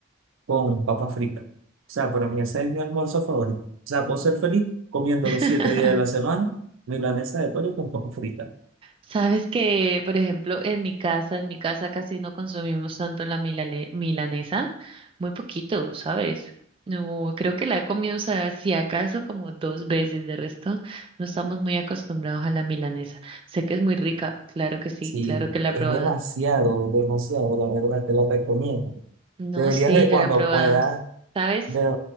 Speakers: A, on the right; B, on the right.
A: con papa frita. O sea, para mí ese es mi almuerzo favorito. O sea, puedo ser feliz comiendo los
B: <laughs>
A: siete días de la semana milanesa de pollo con papa frita.
B: Sabes que, por ejemplo, en mi casa, en mi casa casi no consumimos tanto la milale- milanesa, muy poquito, ¿sabes? No, creo que la he comido, o sea, si acaso como dos veces, de resto no estamos muy acostumbrados a la milanesa. Sé que es muy rica, claro que sí,
A: Sí,
B: claro que la
A: es
B: he probado.
A: demasiado, demasiado, la verdad, te lo recomiendo.
B: No,
A: Deberías
B: sí,
A: de
B: yo
A: cuando
B: la he probado.
A: puedas
B: ¿Sabes?
A: ver,